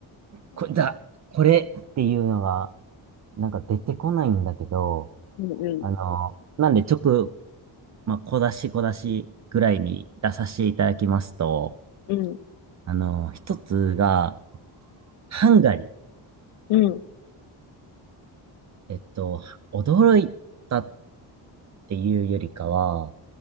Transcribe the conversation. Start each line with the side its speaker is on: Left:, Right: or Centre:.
Right: これだ、これっていうのが、なんか出てこないんだけど、
Left: うん、うん、
Right: あの、なんで直、まあ、小出し小出しぐらいに出させていただきますと、
Left: うん、
Right: あの、一つが、ハンガリー。
Left: うん。
Right: えっと、驚いたっていうよりかは、